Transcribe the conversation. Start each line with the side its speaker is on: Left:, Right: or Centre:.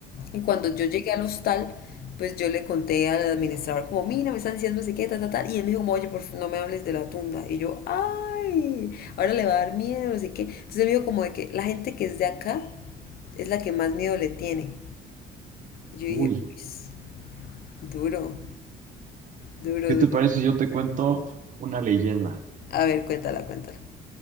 Left: y cuando yo llegué al hostal, pues yo le conté al administrador como, mira, me están diciendo no sé qué, tal, tal, tal. Y él me dijo, como, oye, por favor, no me hables de la tunda. Y yo, ay, ahora le va a dar miedo, no sé qué. Entonces él me dijo como de que la gente que es de acá es la que más miedo le tiene. Y yo dije,
Right: Uy,
Left: pues, duro, duro,
Right: ¿qué
Left: duro.
Right: te parece si yo te cuento una leyenda?
Left: A ver, cuéntala, cuéntala.